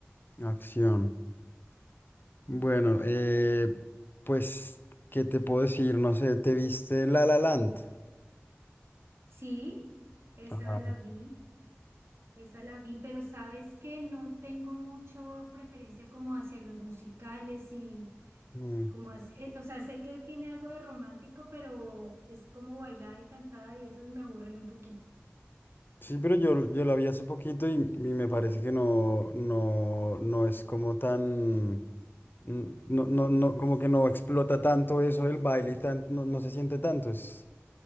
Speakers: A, on the left; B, on the right.
A: Acción. Bueno, eh, pues, ¿qué te puedo decir? No sé, ¿te viste La La Land?
B: Sí, esa
A: Ah,
B: la vi, esa la vi, pero sabes que no tengo mucho preferencia como hacia los musicales y,
A: mm.
B: Como así, eh, o sea, sé que tiene algo de romántico, pero es como bailada y cantada y esas me aburren un poquito.
A: Sí, pero yo, yo la vi hace poquito y, y me parece que no, no, no es como tan, mm, no, no, no, como que no explota tanto eso, el baile y tan, no, no se siente tanto. es